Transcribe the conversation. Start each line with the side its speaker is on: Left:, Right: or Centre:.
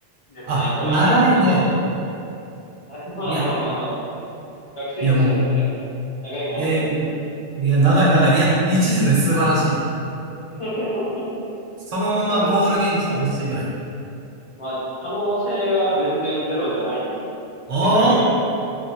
Left: ですね。
Right: あ、
Left: 多分今、
Right: ないね。
Left: ちょうど。<laughs> あまあまあまあまあまあ。
Right: いや、
Left: 学生にしては確かに長いかもしれないですね。
Right: いやもう、いやいや、いや、長い長い。いや、一時で素晴らしい。
Left: <laughs>
Right: そのままゴールインしてほしいぐらい。
Left: まあ、確かに。はい。まあ、可能性は全然ゼロじゃないですよ。あ全然ありますよ。
Right: おー、